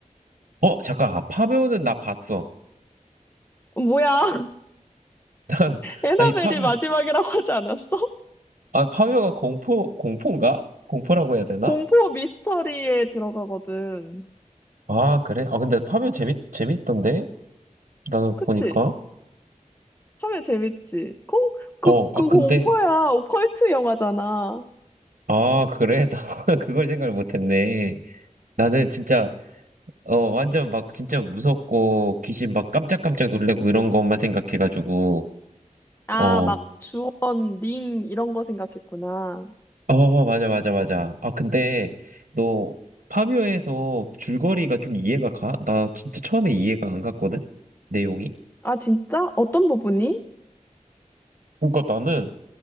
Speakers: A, on the right; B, on the left.
A: 어, 잠깐, 아, 파묘는 나 봤어.
B: 어, 뭐야, <laughs>
A: <laughs> 나,
B: 에나벨이
A: 아니, 파묘,
B: 마지막이라고 하지 않았어?
A: 아, 파묘가 공포, 공포인가? 공포라고 해야 되나?
B: 공포 미스터리에 들어가거든.
A: 아, 그래? 아, 근데 파묘 재밌, 재밌던데? 나
B: 그치?
A: 보니까.
B: 하면 재밌지. 공, 그,
A: 어,
B: 그
A: 아, 근데,
B: 공포야. 오컬트 영화잖아.
A: 아, 그래? <laughs> 나 그걸 생각을 못했네. 나는 진짜, 어, 완전 막 진짜 무섭고, 귀신 막 깜짝깜짝 놀래고 이런 것만 생각해가지고,
B: 아,
A: 어,
B: 막 주원, 링, 이런 거 생각했구나.
A: 어, 맞아, 맞아, 맞아. 아, 근데 너 파비오에서 줄거리가 좀 이해가 가? 나 진짜 처음에 이해가 안 갔거든? 내용이?
B: 아, 진짜? 어떤 부분이?
A: 그러니까 나는